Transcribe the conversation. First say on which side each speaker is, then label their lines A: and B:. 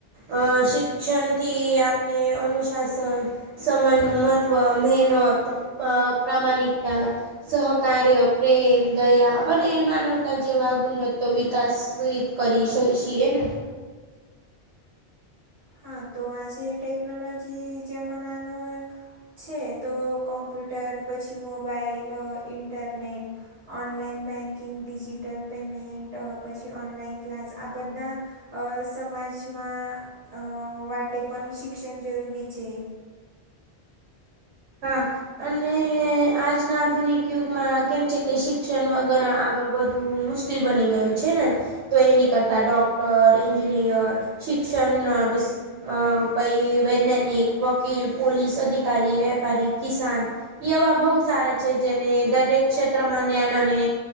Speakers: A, on the right (about 80°); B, on the right (about 55°).
A: અ શિક્ષણ થી આપણે અનુશાસન સમયનું મહત્વ મહેનત પ્ર પ્રામાણિકતા સહકાર્ય પ્રેમ દયા અને માનવતા જેવા ગુણવત્તા વિકાસહ કરી શ છીએ ને.
B: હા તો આજે ટેકનોલોજી જમાનાનો છે તો કોમ્પ્યુટર પછી mobile internet online banking digital payment પછી ઓનલાઈન ક્લાસ આ બધા અ સમાજમાં અ માટે પણ શિક્ષણ જરૂરી છે
A: હા, અને આજના આધુનિક યુગમાં કેમ છે કે શિક્ષણ વગર આગળ વધવું મુશ્કેલ બની ગયું છે ને. તો એની કરતા ડોક્ટર, એન્જિનિયર, શિક્ષણ, નર્સ અહ પઈ વૈજ્ઞાનિક, વકીલ, પોલીસ અધિકારી, વેપારી, કિસાન એવા બહુ સારા છે. જેને દરેક ક્ષેત્રમાં ન્યાન અને